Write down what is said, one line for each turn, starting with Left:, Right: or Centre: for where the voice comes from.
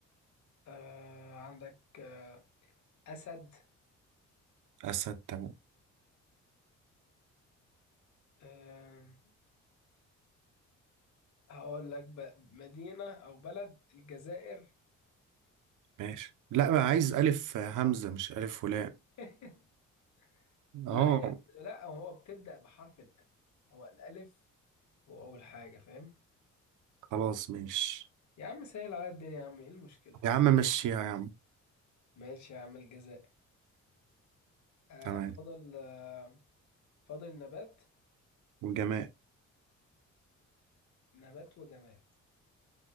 Left: آه عندك آه أسد
Right: أسد تمام
Left: آه هقول لك ب- مدينة أو بلد الجزائر
Right: ماشي لا بقى عايز ألف همزة مش ألف ولام
Left: <laughs>
Right: أه
Left: لا يا ابني لا هو بتبدأ بحرف الألف هو الألف هو أول حاجة فاهم
Right: خلاص ماشي
Left: يا عم سهل على الدنيا يا عم ايه المشكلة
Right: يا عم مشيها يا عم
Left: ماشي يا عم الجزائر آه
Right: تمام
Left: فضل آه فضل نبات
Right: وجماء
Left: نبات وجماد